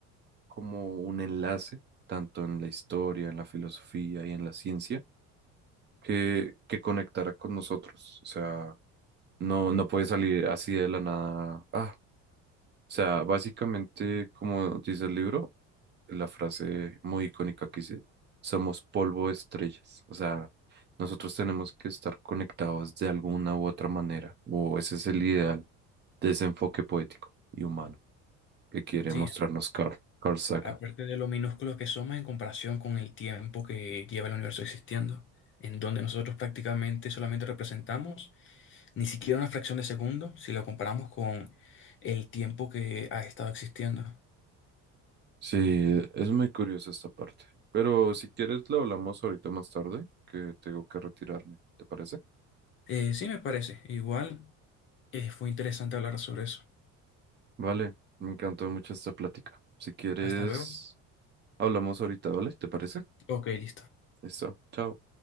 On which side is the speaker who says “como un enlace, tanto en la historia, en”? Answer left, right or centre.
Right